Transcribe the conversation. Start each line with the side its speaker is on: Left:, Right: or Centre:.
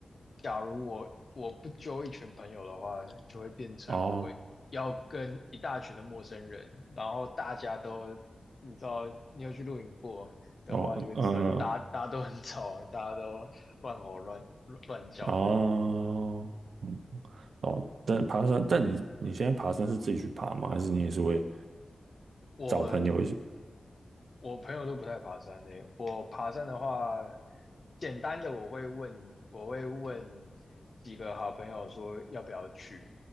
Left: 假如我我不揪一群朋友的话，就会变成我要跟一大群的陌生人，
Right: 哦
Left: 然后大家都，你知道，你有去露营过的话，
Right: 哦呃
Left: 就会知道，就大家大家都很吵啊，大家都乱吼乱乱乱叫的。
Right: 哦。哦，但爬山，但你你现在爬山是自己去爬吗？还是你也是会
Left: 我
Right: 找朋友一起？
Left: 我朋友都不太爬山呢、我爬山的话，简单的我会问，我会问几个好朋友说要不要去，